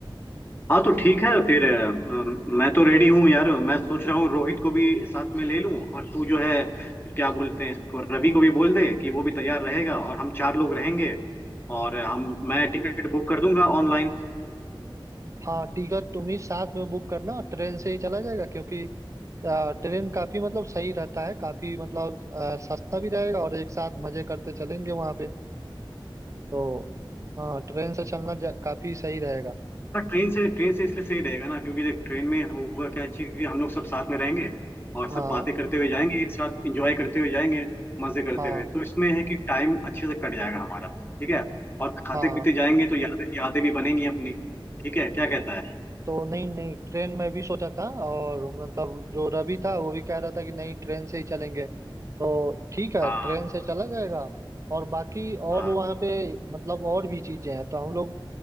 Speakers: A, on the left; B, on the right.
A: हाँ तो ठीक है फिर अ, मैं तो रेडी हूँ यार मैं सोच रहा हूँ रोहित को भी साथ में ले लूँ और तू जो है क्या बोलते हैं इसको रवि को भी बोल दे कि वो भी तैयार रहेगा और हम चार लोग रहेंगे और हम मैं टिकट बुक कर दूंगा ऑनलाइन
B: हाँ टिकट तुम ही साथ में बुक करना ट्रेन से ही चला जाएगा क्योंकि अ, ट्रेन काफी मतलब सही रहता है काफी मतलब अ, सस्ता भी रहेगा और एक साथ मजे करते चलेंगे वहाँ पे तो हाँ ट्रेन से चलना जा- काफी सही रहेगा
A: हाँ ट्रेन से ट्रेन से इसलिए सही रहेगा ना क्योंकि देख ट्रेन में होगा क्या चीज कि हम लोग सब साथ में रहेंगे और
B: हाँ
A: सब बातें करते हुए जाएंगे एक साथ एंजॉय करते हुए जाएंगे मजे करते
B: हाँ
A: हुए तो इसमें है कि टाइम अच्छे से कट जाएगा हमारा ठीक है और खाते
B: हाँ
A: पीते जाएंगे तो यादें यादें भी बनेंगी अपनी ठीक है क्या कहता है
B: तो नहीं नहीं ट्रेन में भी सोचा था और मतलब जो रवि था वो भी कह रहा था कि नहीं ट्रेन से ही चलेंगे तो ठीक है
A: हाँ
B: ट्रेन से चला जाएगा और बाकी और
A: हाँ
B: वहाँ पे मतलब और भी चीजें हैं तो हम लोग